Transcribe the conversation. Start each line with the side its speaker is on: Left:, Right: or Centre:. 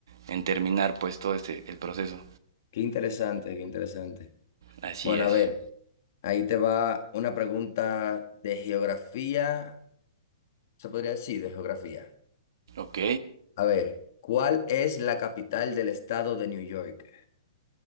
Right: en terminar pues todo este el proceso.
Left: Qué interesante, qué interesante.
Right: Así
Left: Bueno,
Right: es.
Left: a ver, ahí te va una pregunta de geografía, se podría decir, de geografía.
Right: Ok,
Left: A ver, ¿cuál es la capital del estado de New York?